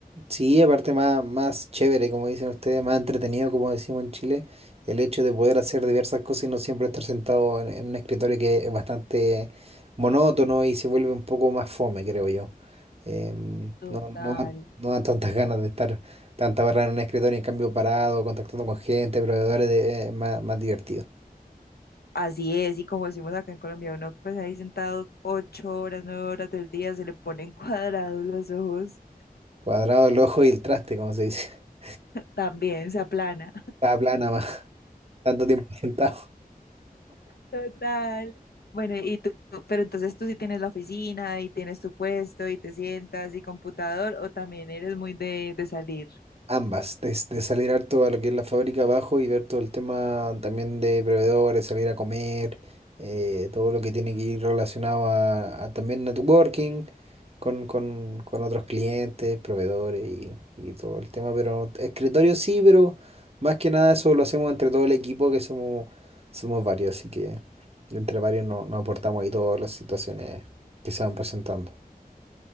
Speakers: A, on the right; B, on the left.
A: sí, aparte más, más chévere, como dicen ustedes, más entretenido, como decimos en Chile, el hecho de poder hacer diversas cosas y no siempre estar sentado en, en un escritorio que es bastante monótono y se vuelve un poco más fome, creo yo. Em,
B: Total.
A: no, no dan, no dan tantas ganas de estar tantas horas en un escritorio, en cambio parado, contactando con gente, proveedores, de, es más, más divertido.
B: Así es, y como decimos acá en Colombia, uno pues ahí sentado ocho horas, nueve horas del día, se le ponen <laughs> cuadrados los ojos,
A: Cuadrado el ojo y el traste, como se dice. <laughs>
B: también se aplana.
A: Está plana más. Tanto tiempo <laughs> sentado.
B: Total. Bueno, y tú, tú- pero entonces tú sí tienes la oficina y tienes tu puesto y te sientas y computador, o también eres muy de, de salir.
A: Ambas, desde salir harto a lo que es la fábrica abajo y ver todo el tema también de proveedores, salir a comer, eh, todo lo que tiene que ir relacionado a, a también networking con, con, con otros clientes, proveedores y, y todo el tema. Pero escritorio sí, pero más que nada eso lo hacemos entre todo el equipo, que somos, somos varios, así que entre varios no- nos aportamos ahí todas las situaciones que se van presentando.